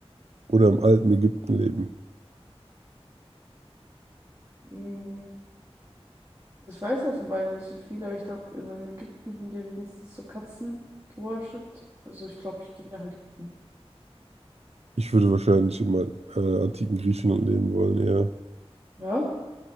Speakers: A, on the right (about 80°); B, on the right (about 30°).
A: oder im alten Ägypten leben?
B: Mm, Ich weiß ja von beiden nicht so viel, aber ich glaube, also in Ägypten haben die ja wenigstens so Katzen geworshipped. Also ich glaube, ich gehe nach Ägypten.
A: Ich würde wahrscheinlich im al- äh, antiken Griechenland leben wollen, ja.
B: Ja?